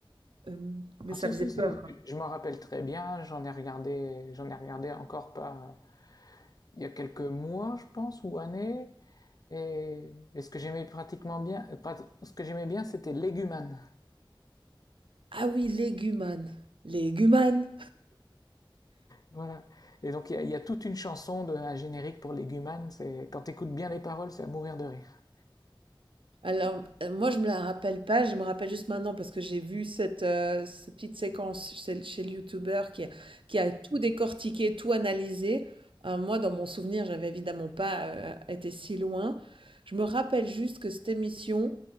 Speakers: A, on the right; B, on the left.
A: Hem, mais
B: Ah
A: ça
B: si,
A: faisait
B: si,
A: peur.
B: si, je m'en rappelle très bien, j'en ai regardé, j'en ai regardé encore pas, il y a quelques mois, je pense, ou années. Et, et ce que j'aimais pratiquement bien, ce que j'aimais bien, c'était Légumane.
A: Ah oui, Leguman. Leguman!
B: Voilà. Et donc, il y a, y a toute une chanson de un générique pour Légumane. C'est quand t'écoutes bien les paroles, c'est à mourir de rire.
A: Alors, heu, moi, je me la rappelle pas, je me rappelle juste maintenant parce que j'ai vu cette, heu, cette petite séquence chez le chez le youtubeur qui a qui a tout décortiqué, tout analysé. Heu, moi, dans mon souvenir, j'avais évidemment pas, heu, été si loin. Je me rappelle juste que cette émission,